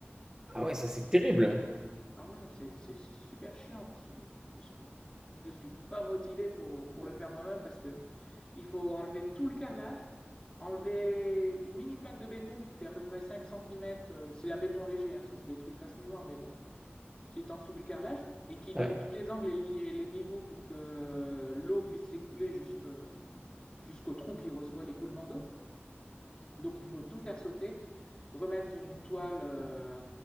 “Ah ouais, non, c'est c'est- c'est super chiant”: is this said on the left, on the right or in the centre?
Left